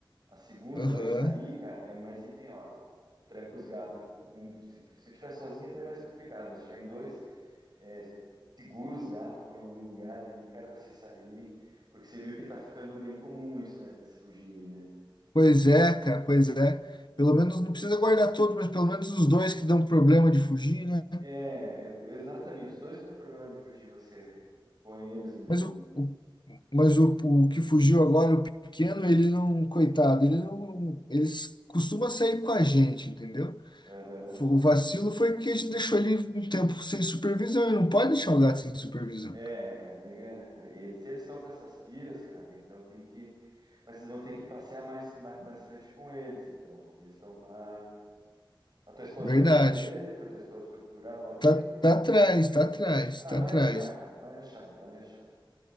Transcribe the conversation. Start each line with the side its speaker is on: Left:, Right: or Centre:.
Right: A segunda
Left: Aham.
Right: vai sair, cara, é mais empenhosa. Tranca os gatos. Um- se, se tiver sozinho, até é mais complicado, mas se tiver em dois, é, segura os gatos, põe em algum lugar ali, cara, para vocês saírem. Porque você viu que tá ficando bem comum isso, né? Eles fugirem, né?
Left: Pois é, cara, pois é. Pelo menos não precisa guardar todos, mas pelo menos os dois que dão problema de fugir, né?
Right: É, eu- exatamente. Os dois que dão problema de fugir, você põe eles num.
Left: Mas o, o- mas o, o que fugiu agora, o pequeno, ele não, coitado, ele não, eles costuma sair com a gente, entendeu?
Right: Aham.
Left: O vacilo foi que a gente deixou ele um tempo sem supervisão. E não pode deixar o gato sem supervisão.
Right: É, cara. é- é- eles, se eles estão com essas piras, cara, então tem que. Mas vocês vão ter que passear mais, mais- bastante com eles, então, porque eles estão com a. A tua esposa
Left: Verdade.
Right: foi atrás dele? Foi, a tua esposa foi procurar lá o pequeno?
Left: Tá, tá atrás, tá atrás,
Right: Ah,
Left: tá
Right: vai
Left: atrás.
Right: achar, cara. Vai achar, vai achar.